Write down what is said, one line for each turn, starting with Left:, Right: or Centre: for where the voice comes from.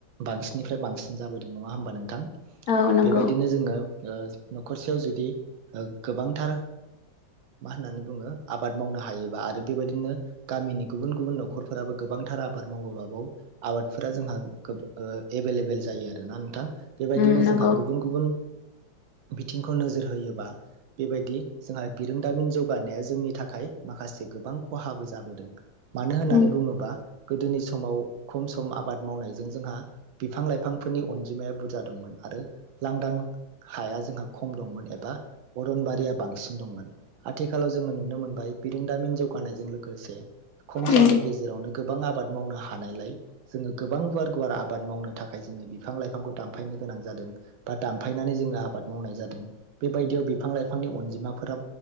Right: बांसिननिफ्राय बांसिन जाबोदों नङा होमबा नोंथां।
Left: औ नंगौ
Right: बेबायदिनो जोङो न'खरसेयाव जुदि गोबांथार मा होननानै बुङो आबाद आबाद मावनो हायोबा आरो बेबायदिनो गामिनि गुबुन गुबुन न'खरफोराबो गोबांथार आबाद मावोबाबाव आबादफोरा जोंहा एभेलेबेल जायो आरोना नोंथां। बेबायदिनो
Left: उम नंगौ
Right: जोंहा गुबुन गुबुन बिथिंखौ नोजोर होयोबा बेबायदि जोंहा बिरोंदामिन जौगानाया जोंनि थाखाय माखासे गोबां खहाबो जाबोदों मानो होननानै
Left: उम
Right: बुङोबा गोदोनि समाव खम सम आबाद मावनायजों जोंहा बिफां लाइफांफोरनि अनजिमाया बुरजा दंमोन आरो लांदां हाया जोंहा खम दंमोन एबा अरनबारिया बांसिन दंमोन। आथिखालाव जोङो नुनो मोनबाय बिरोंदामिन जौगानायजों लोगोसे खम
Left: उम
Right: समनि गेजेरावनो गोबां आबाद मावनो हानायलाय जोङो गोबां गुवार गुवार आबाद मावनो थाखाय जोङो बिफां लाइफांखौ दानफायनो गोनां जादों बा दामफायनानै जोङो आबाद मावनाय जादों बेबायदियाव बिफां लाइफांनि अनजिमाफोरा